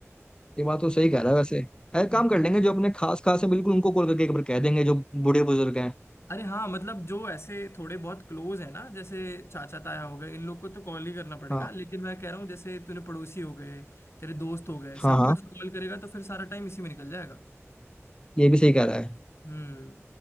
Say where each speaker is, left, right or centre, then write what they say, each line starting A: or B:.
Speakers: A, on the left; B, on the left.
A: ये बात तो सही कह रहा है वैसे एक काम
B: है
A: कर लेंगे जो अपने खास खास है बिल्कुल उनको कॉल करके एक बार कह देंगे जो बूढ़े बुजुर्ग हैं
B: अरे हाँ मतलब जो ऐसे थोड़े बहुत क्लोज है ना जैसे चाचा ताया हो गए इन लोग को तो कॉल ही करना पड़ेगा
A: हाँ
B: लेकिन मैं कह रहा हूँ जैसे तूने पड़ोसी हो गए तेरे दोस्त हो गए
A: हाँ
B: सबका
A: हाँ
B: कॉल करेगा तो फिर सारा टाइम इसी में निकल जाएगा
A: ये भी सही कह रहा है
B: हम्म